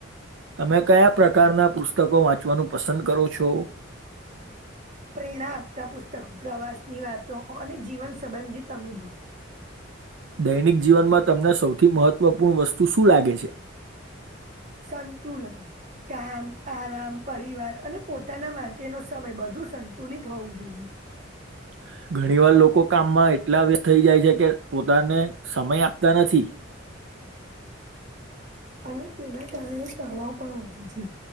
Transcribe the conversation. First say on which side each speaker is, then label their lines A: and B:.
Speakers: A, on the right (about 70°); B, on the right (about 40°).
A: હ તમે કયા પ્રકારના પુસ્તકો વાંચવાનું પસંદ કરો છો
B: પ્રેરણા આપતા પુસ્તકો પ્રવાસની વાતો અને જીવન સંબંધિત અનુભવ
A: દૈનિક જીવનમાં તમને સૌથી મહત્વપૂર્ણ વસ્તુ શું લાગે છે
B: સંતુલન કામ આરામ પરિવાર અને પોતાના માટેનો સમય બધુ સંતુલિત હોવું જોઈએ
A: <unintelligible> <inaudible> ઘણી વાર લોકો કામમાં એટલા વ થઈ જાય છે કે પોતાને સમય આપતા નથી
B: હ અને તેના કારણે તણાવ પણ વધે છે.